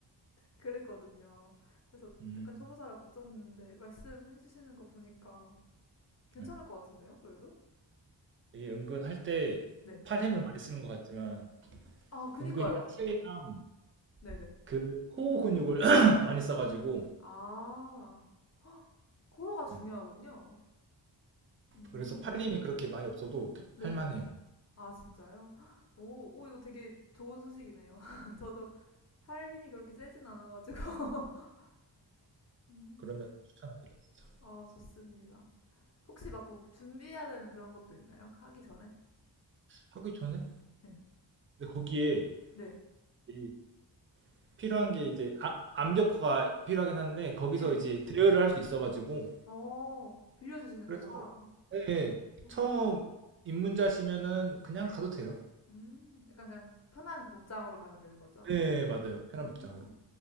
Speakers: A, on the left (about 40°); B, on the right (about 30°).
A: 그랬거든요. 그래서
B: 음.
A: 약간 초보자라 걱정했는데, 말씀해주시는 거 보니까, 괜찮을
B: 네.
A: 것 같은데요, 그래도?
B: 이게 은근 할 때
A: 네.
B: 팔힘을 많이 쓰는 것 같지만
A: 아, 그니까요.
B: 은근히 하체랑
A: 네네.
B: 그 코어 근육을 <clears throat> 많이 써가지고
A: 아, 코어가 중요하군요.
B: 예.
A: 음.
B: 그래서 팔림이 그렇게 많이 없어도
A: 네네.
B: 할만해요.
A: 아, 진짜요? 헉, 오, 오, 이거 되게 좋은 소식이네요. <laughs> 저도 팔 힘이 그렇게 세진 않아가지고. <laughs> 음.
B: 그러면 추천합니다. 진짜.
A: 아, 좋습니다. 혹시 막 그 준비해야 되는 그런 것도 있나요? 하기 전에?
B: 하기 전에
A: 네.
B: 근데 거기에
A: 네.
B: 이 필요한 게 이제 아- 암벽화가 필요하긴 한데 거기서
A: 네.
B: 이제 대여를 할 수 있어가지고
A: 어, 빌려주시는
B: 그래서
A: 거구나.
B: 예, 예.
A: 어.
B: 처음 입문자시면은 그냥
A: 네.
B: 가도 돼요.
A: 음, 약간 그냥 편한 그 복장으로 가면 되는 거죠?
B: 네 맞아요. 편한
A: 음,
B: 복장으로.